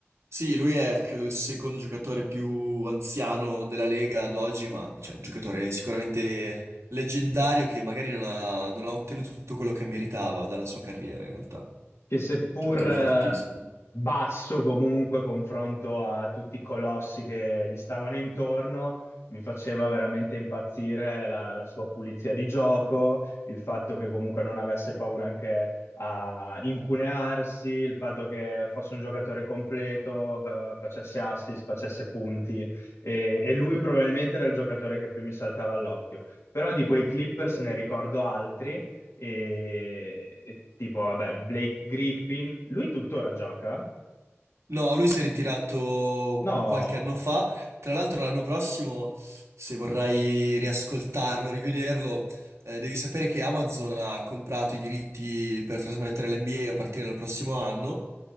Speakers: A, on the right; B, on the left.
A: Sì, lui è credo il secondo giocatore più anziano della Lega ad oggi, ma cioè, giocatore sicuramente leggendario che magari non ha, non ha ottenuto tutto quello che meritava dalla sua carriera in realtà.
B: che seppur
A: Giocatore
B: eh,
A: fortissimo.
B: basso comunque confronto a tutti i colossi che gli stavano intorno, mi faceva veramente impazzire la, la sua pulizia di gioco, il fatto che comunque non avesse paura anche a incunearsi, il fatto che fosse un giocatore completo, fa- facesse assist, facesse punti e, e lui probabilmente era il giocatore che più mi saltava all'occhio. Però di quei Clippers ne ricordo altri e, e tipo, vabbè, Blake Griffin, lui tuttora gioca?
A: No, lui si è ritirato
B: No,
A: qualche anno fa. Tra l'altro, l'anno prossimo, se vorrai riascoltarlo, rivederlo, eh, devi sapere che Amazon ha comprato i diritti per trasmettere l'NBA a a partire dal prossimo anno.